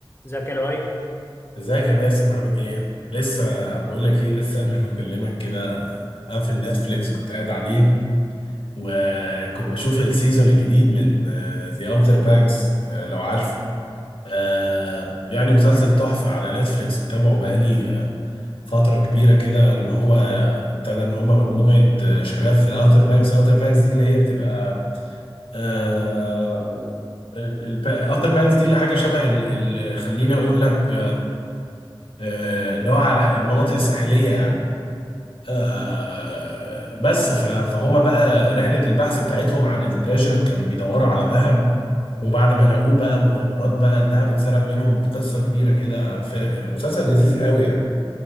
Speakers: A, on the left (about 25°); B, on the left (about 80°).
A: ازيك يا لؤي
B: ازيك يا باسم عامل ايه؟ لسه بقول لك ايه لسه قبل ما اكلمك كده قافل نتفليكس كنت قاعد عليه وكنت بشوف السيزون الجديد من ذا اوتر بانكس لو عارفه آه، يعني مسلسل تحفة على نتفليكس متابعه بقالي آه، فترة كبيرة كده ان هو ابتدى ان هم مجموعة آه، شباب في الاوتر بانكس الاوتر بانكس دي اللي هي بتبقى آه، الاوتر بانكس دي اللي حاجه شبه ال- ال- خليني اقول لك آه، اللي هو على المناطق الساحلية يعني آه، بس ف- فهم بقى رحلة البحث بتاعتهم عن التريجر كان بيدوروا على ذهب وبعد ما لقوه بقى مغامرات بقى الذهب اتسرق منهم قصة كبيرة كده في مسلسل لذيذ قوي يعني